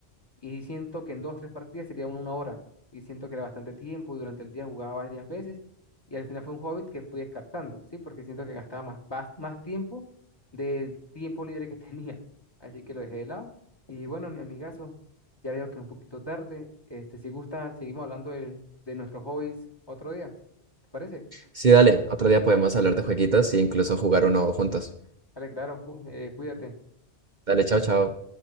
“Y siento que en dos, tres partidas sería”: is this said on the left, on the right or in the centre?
Left